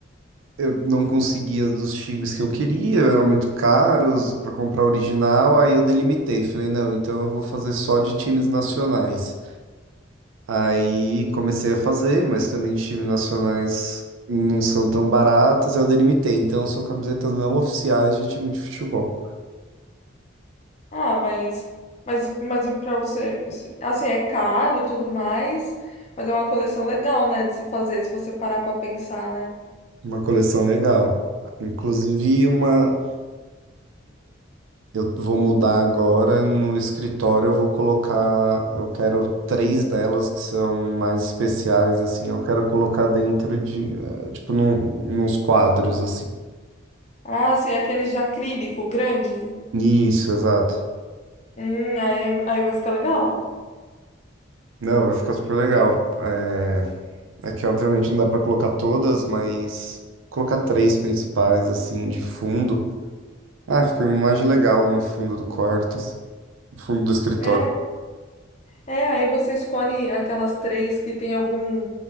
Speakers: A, on the right (about 85°); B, on the left (about 35°).
A: eu não conseguia as dos times que eu queria, eram muito caros para comprar original, aí eu delimitei, falei, não, então eu vou fazer só de times nacionais. Aí comecei a fazer, mas também de time nacionais não são tão baratas, aí eu delimitei. Então são camisetas não oficiais de time de futebol.
B: Ah, mas, mas, mas para você, assim, é caro tudo mais, mas é uma coleção legal, né, de se fazer, se você parar pra pensar, né?
A: Uma coleção legal. Inclusive uma, eu vou mudar agora no escritório, eu vou colocar, eu quero três delas que são mais especiais assim, eu quero colocar dentro de, eh, tipo num, nos quadros assim.
B: Ah, sim, aqueles de acrílico grande.
A: Isso, exato.
B: Hum, aí, é- aí vai ficar legal.
A: Não, vai ficar super legal. É, É que obviamente não dá pra colocar todas, mas colocar três principais, assim, de fundo. Ah, fica uma imagem legal no fundo do quarto, assim, no fundo do escritório.
B: É, é, aí você escolhe aquelas três que tem algum,